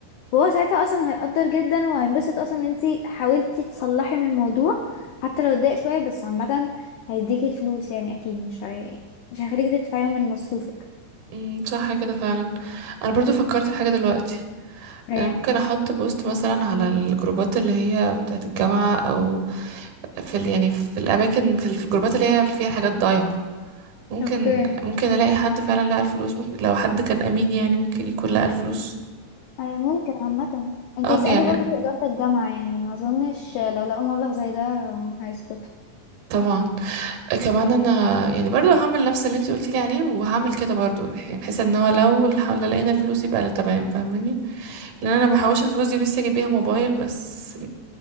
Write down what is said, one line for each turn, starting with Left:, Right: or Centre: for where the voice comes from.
Left: وهو ساعتها اصلا هيقدر جدا وهينبسط اصلا ان انت حاولتي تصلحي من الموضوع حتى لو اتضايق شويه بس عامه هيديكي الفلوس يعني اكيد مش هي... مش هيخليكي تدفعيهم من مصروفك
Right: امم صح كده فعلا انا برضو فكرت في حاجه دلوقتي
Left: ايه
Right: انا ممكن احط بوست مثلا على الجروبات اللي هي بتاعت الجامعه او في ال يعني في الاماكن في, ال- في الجروبات اللي هي اللي فيها حاجات ضايعه ممكن
Left: اوكي
Right: ممكن الاقي حد فعلا لقى الفلوس ممكن لو حد كان امين يعني ممكن يكون لقى الفلوس
Left: أيوة ممكن عامة انتي
Right: اه
Left: اسألي
Right: يعني
Left: برضو في إدارة الجامعة يعني ما أظنش لو لقوا مبلغ زي ده هيسكتوا
Right: طبعا كمان انا يعني برضو هعمل نفس اللي انتي قلتيلي عليه وهعمل كده برضو يعني بحيث ان هو لو الح- لو لقينا الفلوس يبقى تمام فاهماني لان انا ما
Left: أيوة
Right: الفلوس دي ولسه اجيب بيها موبايل بس